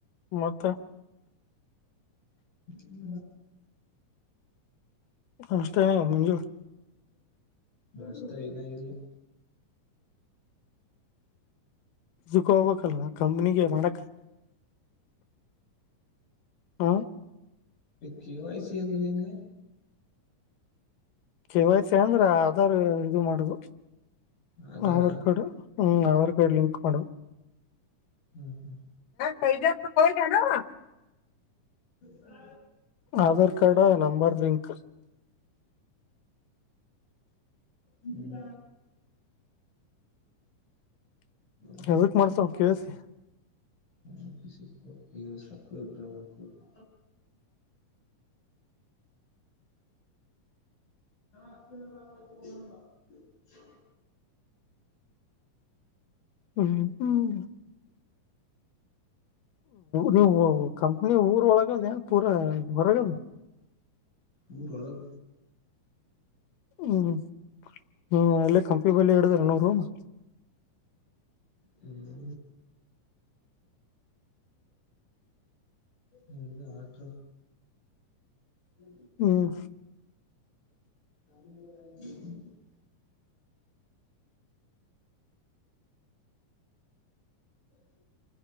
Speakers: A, on the left; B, on the left.
A: ಮತ್ತೆ
B: ಇ ಮ
A: ನಮಸ್ತೆೇ ಮಂಜು
B: ವಷ್ಟ ಐನ ಇಲ್ <inaudible>
A: ಝುಕ ಹೋಗಬೇಕಕ್ಲ್ಲ ಕಂಪ್ನಿಗೆ ಮಾಡಕ ಹಾಂ
B: ಕೆೆ ವಯಸ ಎ ರ ಹೆಂಗ
A: ಕೆವಾಯ್ತಿ ಅಂದ್ರೆ ಅದಾರ್ ಇದು ಮಾಡುದು
B: ಆಧಾರ
A: ಆಾರ್ ಕಡೆ ಹ್ಮ್ ಅವಾರ್ ಕಾರ್ಡ್ ಲಿಂಕ್ ಮಾಡ
B: ಹ್ಮ್ ಹ್ಮ್
A: ಬಿಜಾಪುರ್ ಕ್ಕೆ ಹೊಡಿ ಅನವ
B: ಸಾ
A: ಆಧಾರ್ ಕಾರ್ಡ್
B: <inaudible>
A: ನಂಬರ್ ಲಿಂಕ್
B: ಹ್ಮ್ <unintelligible>
A: ಅದಕ್ಕೆ ಮಾಡ್ಸ ಅವವು ಕೇಳಿಸಿ
B: ನ ಪಿಿಸಿಿಕ್ಕರ್ ಇಗೆ ಸಕ್ಕ ಇಟ ಒನ್ ಕುವಿಕು <unintelligible>
A: ಹ್ಮ್ ಹ್ಮ್ ನೀವು ಕಂಪ್ನಿ ಊರ ಒಳಗಲ್ನ್ ಪೂರಾ ಹೊರಗದು
B: ಉರ್ ಹೊಳಗ
A: ಹ್ಮ್ ಹ್ಮ್ ಅಲ್ಲೇ ಕಂಪನಿ ಬಲ್ಲಿ ಇಡದಿರನು ರೂಮ್
B: ಹ್ಮ ಮದುವೆ ಆಟ ಹ್ಮ
A: ಹ್ಮ್
B: ನ <unintelligible> ಹ